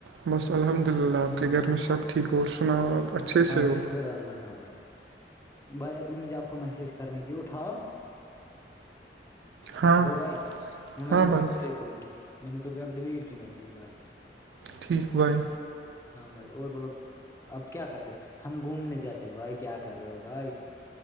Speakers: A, on the right; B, on the left.
A: بس الحمد للہ اپ کے گھر میں سب ٹھیک اور سناؤ آپ اچھے
B: ہاں
A: سے ہو
B: شکر اللہ کا بھائی بھائی ابھی مجھے آپ کو میسج کرنی تھی اٹھاؤ
A: ہاں
B: ہلو بھائی وہ میں
A: ہاں
B: نے
A: بھائی
B: دوسرے کو کی میں نے تو پہ اب ڈیلیٹ کی میسج بھائی
A: ٹھیک بائے
B: ہاں بھائی اور بولو اب کیا کرتے ہو ہم گھومنے جاتے ہو بھائی کیا کر رہے ہو بھائی